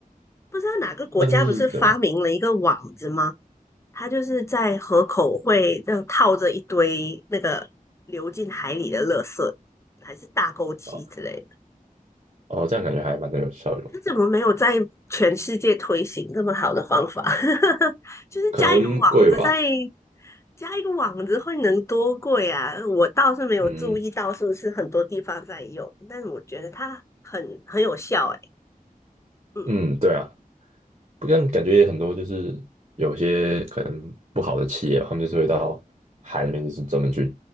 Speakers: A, on the left (about 20°); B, on the right (about 45°).
A: 不知道哪个国家不是发明了一个网子吗？
B: 但是对啊，
A: 它就是在河口会这样套着一堆那个流进海里的垃圾，还是大钩机之类的。
B: 哦，哦，这样感觉还蛮有效用，
A: 他怎么没有在全世界推行这么好的方法？<laughs> 就是加一个网子在，
B: 可能贵吧，
A: 加一个网子会能多贵啊？我倒是没有注意到是不是很多地方在用，
B: 嗯
A: 但我觉得它很很有效、欸。哎嗯，
B: 嗯，对啊，不但感觉也很多，就是有些可能不好的企业他们就是会到海里面，就是专门去